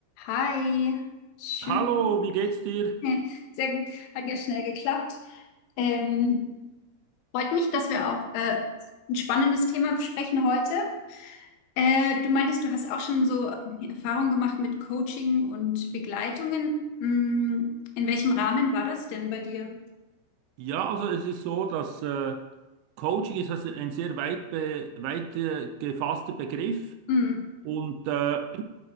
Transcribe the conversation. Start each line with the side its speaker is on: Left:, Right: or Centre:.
Left: Hi, schön.
Right: Hallo, wie geht's dir?
Left: <laughs> Sehr gut, hat ja schnell geklappt. Ähm, freut mich, dass wir auch äh, ein spannendes Thema besprechen heute. Äh, du meintest, du hast auch schon so Erfahrungen gemacht mit Coaching und Begleitungen. Mm, in welchem Rahmen war das denn bei dir?
Right: Ja, also es ist so, dass äh, Coaching ist also ein sehr weit, be weit äh, gefasster Begriff
Left: Mm,
Right: und äh,